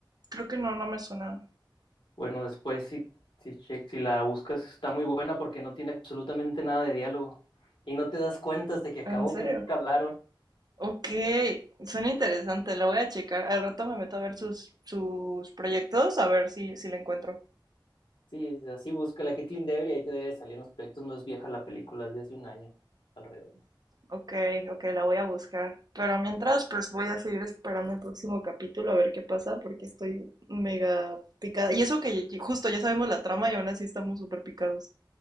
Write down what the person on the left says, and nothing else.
Bueno, después si, si, che- si la buscas está muy buena porque no tiene absolutamente nada de diálogo y no te das cuenta hasta que acabó
que nunca hablaron.
Sí, así busca la Kathleen Devery y ahí te debe salir en los proyectos. No es vieja la película, es de hace un año alrededor.